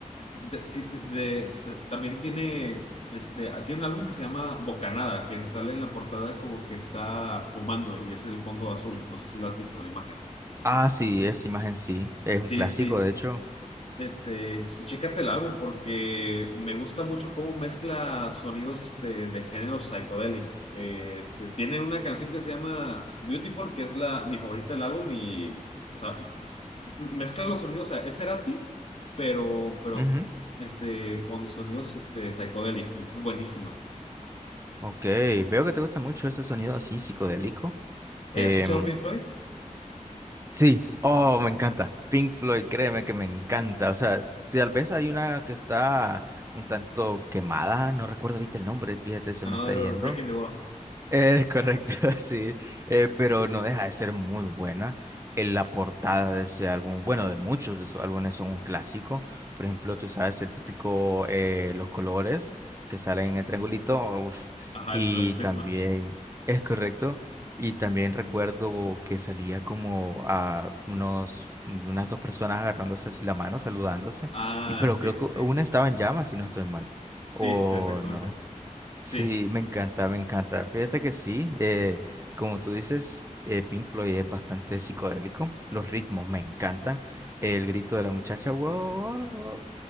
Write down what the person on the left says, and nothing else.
de, sí, de- de- o sea, también tiene, este, ah, tiene un álbum que se llama Bocanada, que sale en la portada como que está fumando y es el fondo azul, no sé si lo has visto la imagen.
Sí,
sí, sí.
Este, ch- chécate el álbum porque me gusta mucho cómo mezcla sonidos este, de género psychedelic. Eh, este, tiene una canción que se llama Beautiful, que es la, mi favorita del álbum y, o sea, m- mezcla los sonidos, o sea, es Cerati, pero, pero,
este, con sonidos este, psychedelic. Entonces, buenísima.
Eh,
¿has escuchado Pink Floyd?
Another
Brick in the Wall.
Ajá,
el, el Prisma.
Ah,
sí,
sí,
sí.
Sí,
sí, sí, exactamente.
Sí.